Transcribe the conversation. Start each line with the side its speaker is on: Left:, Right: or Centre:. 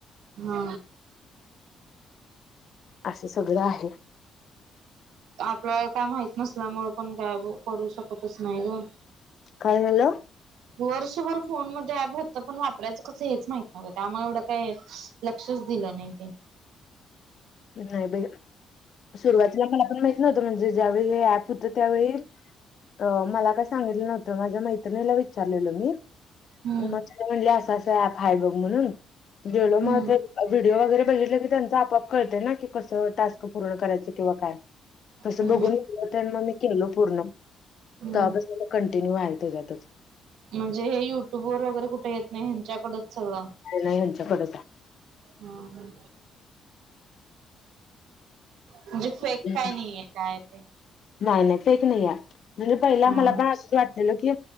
Right: हा
Left: असे सगळं आहे.
Right: आपल्या काय माहत नसल्यामुळे पण काय करू शकतच नाही ग.
Left: काय झालं.
Right: वर्षभर फोन मध्ये ऍप होतं पण वापरायचं कसं हेच माहित नव्हतं त्यामुळे एवढं काय लक्ष दिला नाही ते
Left: ह् नाहीा ब सुरुवातीला मला पण माहित नव्हतं म्हणजे ज्यावेळी हे ऍप होतं त्यावेळी अ मला काय सांगितलं नव्हतं माझ्या माहि ला विचारलेल मी
Right: हम्म
Left: मग त म्हली अस अस फाय बघ म्हणून जेवल
Right: हम्म
Left: मव व्हिडिओ वगैरे बघितलं की त्यांचा आपाप कळतय ना की कसं टास्क पूर्ण करायचं किंवा काय तस
Right: हम्म
Left: बघून ग म मी केलो पूर्ण
Right: हम्म
Left: त बस मला कंटिन्यू आहे त्याच्यातच
Right: म्हणजे हे युट्यूब वर वगैरे कुठे येत नाही ह्यांच्याकड च हा
Left: नाही नाही ह्यांच्याकडच
Right: ह म्हणजे फेक
Left: आहे
Right: काय नाहीये काय ते
Left: नाही नाही फेक नाही आहे म्हणजे पहिला
Right: हा
Left: मला अस वाटलेलं की